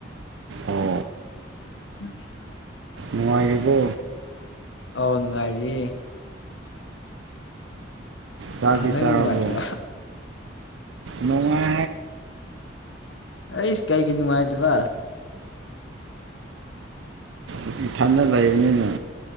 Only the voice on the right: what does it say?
ꯑꯣ
ꯅꯨꯡꯉꯥꯏꯔꯤꯕꯣ
ꯆꯥꯛꯇꯤ
ꯆꯥꯥꯔꯕꯣ
ꯅꯨꯡꯉꯥꯏ
ꯏꯁ ꯏꯊꯟꯗ ꯂꯩꯥꯕꯅꯤꯅ